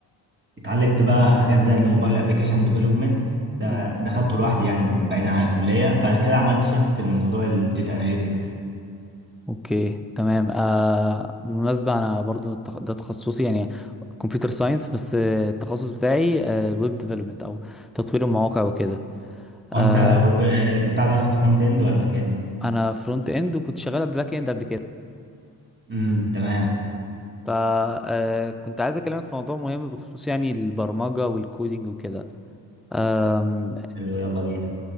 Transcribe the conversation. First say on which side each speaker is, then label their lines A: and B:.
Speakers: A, on the right; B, in the centre.
A: اتعلمت بقى حاجات زي الموبايل ابلكيشن ديفلوبمنت ده
B: امم
A: ده خدته لوحدي يعني بعيدا عن الكلية بعد كده عملت شيفت لموضوع الداتا اناليتكس
B: اوكي تمام آه... بالمناسبة انا برضو التخ- ده تخصصي يعني كمبيوتر ساينس بس آه، التخصص بتاعي آه، الويب ديفلوبمنت او تطوير المواقع وكده
A: وانت
B: آه...
A: انت بتاع ده فرونت اند ولا باك اند؟
B: انا فرونت اند وكنت شغال باك اند قبل كده
A: امم تمام
B: فكنت عايز اكلمك في موضوع مهم بخصوص يعني البرمجة والكودينج وكده أم،
A: حلو، يلا بينا